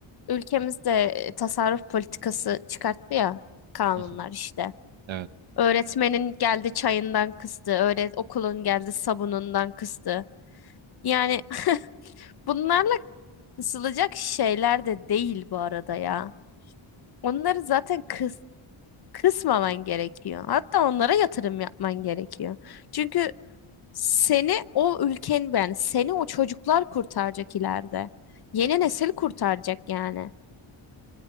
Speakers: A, on the left (about 50°); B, on the right (about 65°).
A: ülkemizde tasarruf politikası çıkarttı ya kanunlar
B: Hı hı.
A: işte.
B: Evet.
A: Öğretmenin geldi çayından kıstı, öğret okulun geldi sabunundan kıstı. Yani <laughs> bunlarla kısılacak şeyler de değil bu arada ya. Onları zaten kıs kısmaman gerekiyor. Hatta onlara yatırım yapman gerekiyor. Çünkü Seni o ülken yani seni o çocuklar kurtaracak ileride. Yeni nesil kurtaracak yani.